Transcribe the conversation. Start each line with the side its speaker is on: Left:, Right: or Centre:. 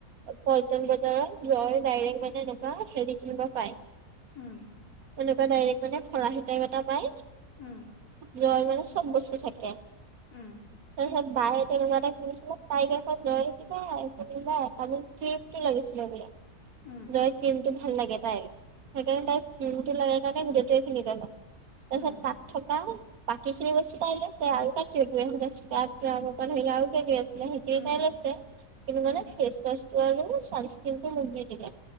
Right: পল্টন বজাৰত লয় ডাইৰেক্ট মানে এনেকুৱা হেৰি কেনেকুৱা পায়
Left: উম
Right: এনেকুৱা ডাইৰেক্ট মানে ফৰাহি টাইপ এটা পায়
Left: উম
Right: জয় মানে চব বস্তু থাকে
Left: উম
Right: তাৰ পাছত বায়ে তেনেকুৱা এটা কিনিছিলে তাইক আকৌ জয় লৈ থাকি <unintelligible> ক্ৰম টো লৈ গৈছিলে বোলে
Left: উম
Right: জয়ৰ ক্ৰীমটো ভাল লাগে তাইৰ সেইকাৰণে তাই ক্ৰীমটো লগাই কাৰণে গোটেইটোৱে কিনি পেলায়
Left: উম
Right: তাৰপিছত তাত থকা সিখিনি বস্তু তাই লৈছে আৰু তাইক <unintelligible> সেইখিনি
Left: উম উম
Right: তাই লৈছে কিন্তু
Left: উম
Right: মানে ফেছৱাছ টো আৰু চান্সক্ৰীমটো মোক দি দিলে